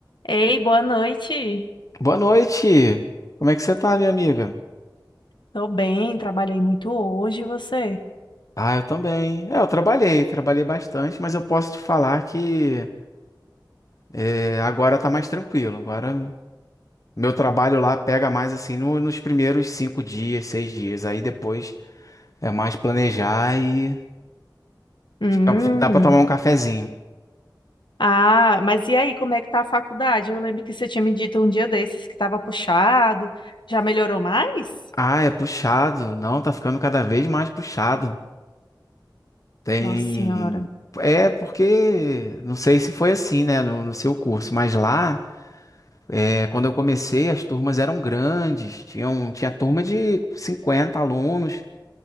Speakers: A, on the left; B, on the left.
A: Ei, boa noite.
B: Boa noite. Como é que você tá, minha amiga?
A: Tô bem, trabalhei muito hoje, e você?
B: Ah, eu também. É, eu trabalhei, trabalhei bastante, mas eu posso te falar que é, agora tá mais tranquilo. Agora meu trabalho lá pega mais assim no- nos primeiros cinco dias, seis dias. Aí depois é mais planejar e
A: Hum.
B: fica- fica- dá pra tomar um cafezinho.
A: Ah, mas e aí, como é que tá a faculdade? Eu lembro que você tinha me dito um dia desses que tava puxado. Já melhorou mais?
B: Ah, é puxado. Não, tá ficando cada vez mais puxado. Tem.
A: Nossa Senhora.
B: É porque não sei se foi assim, né, no no seu curso, mas lá. É, quando eu comecei, as turmas eram grandes, tinham, tinha turma de 50 alunos,